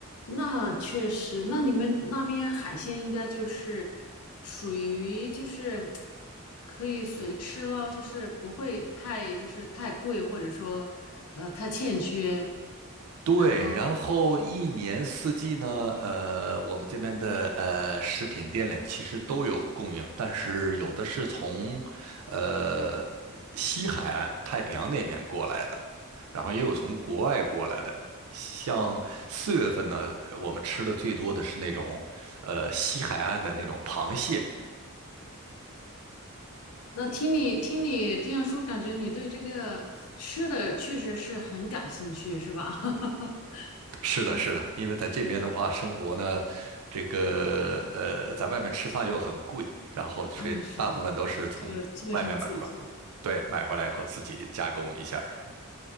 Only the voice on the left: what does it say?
那确实，那你们那边海鲜应该就是属于就是可以随吃咯，就是不会太就是太贵，或者说呃太欠缺，
然后。
那听你听你这样说，感觉你对这个吃的确实是很感兴趣，是吧？<laughs>
嗯，
感兴
嗯，是的，就基本上自己做。